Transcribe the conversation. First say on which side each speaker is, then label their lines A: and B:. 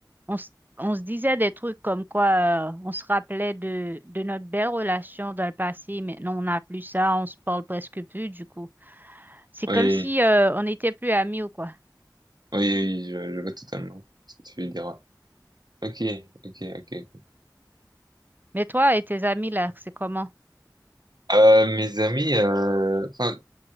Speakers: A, on the right (about 25°); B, on the right (about 65°).
A: on, se on se disait des trucs comme quoi, euh, on se rappelait de, de notre belle relation dans le passé, maintenant on n'a plus ça, on se parle presque plus, du coup. C'est comme
B: oui,
A: si, euh, on n'était plus amis ou quoi.
B: oui, oui, je, je vois totalement ce que tu veux dire. ouais. Ok, ok, ok. ok.
A: Mais toi et tes amis là, c'est comment?
B: Euh, mes amis, euh, enfin,